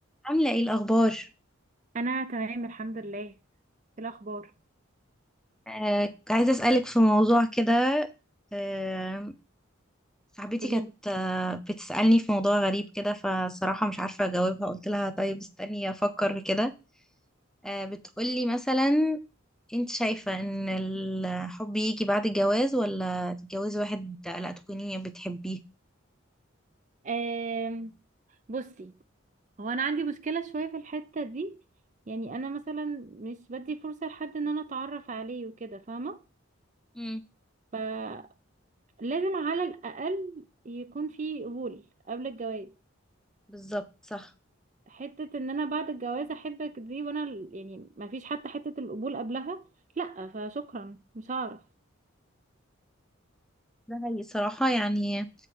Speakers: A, in the centre; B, on the right.
A: عاملة ايه الأخبار؟
B: انا تمام الحمد لله إيه الاخبار
A: آه، عايزة أسألك في موضوع كده آه، صاحبتي
B: قوليلي
A: كانت آه، بتسألني في موضوع غريب كده فصراحة مش عارفة أجاوبها قلت لها طيب استني أفكر كده آه، بتقولي مثلا انت شايفة ان الحب يجي بعد الجواز ولا تتجوزي واحد لا تكوني بتحبيه؟
B: آم، بصي هو انا عندي مشكله شويه في الحته دي يعني انا مثلا مش بدي فرصه لحد ان انا اتعرف عليه وكده فاهمه
A: مم،
B: فلازم على الاقل يكون في قبول قبل الجواز
A: بالظبط صح
B: حته ان انا بعد الجواز احبك دي وانا ال- يعني ما فيش حتى حته القبول قبلها لا فشكرا مش هعرف
A: ده هي صراحة يعني